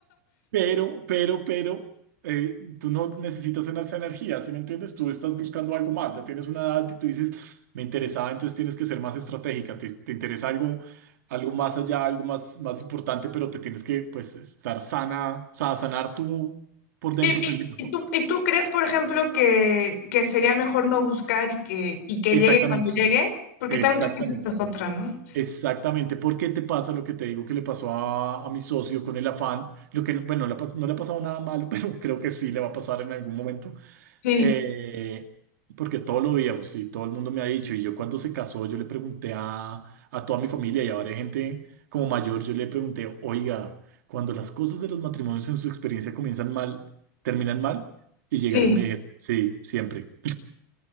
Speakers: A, on the right; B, on the left.
A: Pero, pero, pero, eh, tú no necesitas en esa energía, ¿sí me entiendes? Tú estás buscando algo más, ya tienes una edad y tú dices, me interesaba, entonces tienes que ser más estratégica, te, te interesa algo, algo más allá, algo más, más importante, pero te tienes que, pues, estar sana, o sea, sanar tú por dentro
B: ¿Y,
A: primero,
B: y- y
A: ¿no?
B: tú, y tú crees, por ejemplo, que, que sería mejor no buscar y que, y que
A: Exactamente,
B: llegue cuando llegue? Porque
A: exactamente.
B: también creo que esa es otra, ¿no?
A: Exactamente, porque te pasa lo que te digo que le pasó a, a mi socio con el afán, lo que, bueno, le ha pa- no le ha pasado nada malo, <laughs> pero creo que sí le va a pasar en algún momento
B: Sí,
A: Eh, porque todo lo veíamos y todo el mundo me ha dicho, y yo cuando se casó, yo le pregunté a, a toda mi familia y a varias gente como mayor, yo le pregunté, oiga, cuando las cosas de los matrimonios en su experiencia comienzan mal, terminan mal, y llegaron
B: sí.
A: y me dijeron, sí, siempre.